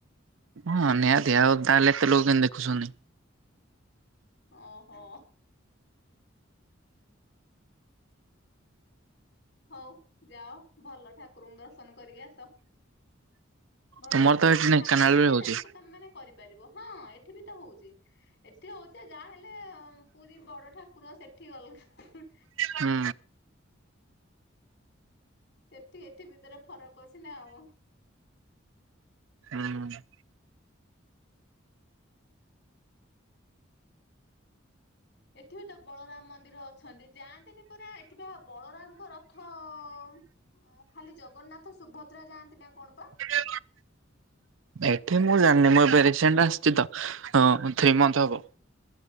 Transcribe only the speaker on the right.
ହଁ ନିହାତିି ଆଉ ତାହେଲେ ଏତେ ଲୋକ କେମତି ଦେଖୁଛନ୍ତି।
ତମର
ତ ଏଠି ଢେଙ୍କାନାଳ
ରେ ହଉଛି।
ହୁଁ
ହୁଁ।
ସେଟା ର ଏଠି ମୁଁ ଜାଣିନି ମୁଁ ଏ ରିସେଣ୍ଟ ଆସିଛି ତ ଥ୍ରୀ ମନଥ ହବ।